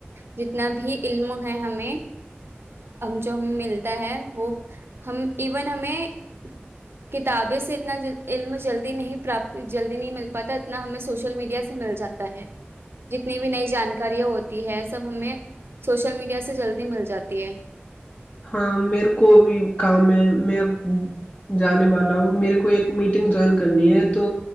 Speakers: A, on the right; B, on the left.
A: جتنا بھی علم ہے ہمیں جو ہم ملتا ہے وہ ہم ایون ہمیں کتابیں سے اتنا علم جلدی نہیں پراپ جلدی نہیں ملتا پتا اتنا ہمیں سوشل میڈیا سے مل جاتا ہے جتنی بھی نئی جانکاریاں ہوتی ہے سب ہمیں سوشل میڈیا سے جلدی مل جاتی ہے
B: ہاں میرے کو بھی کام ہے میں اب جانے والا ہوں میرے کو ایک میٹنگ جوائن کرنی ہے تو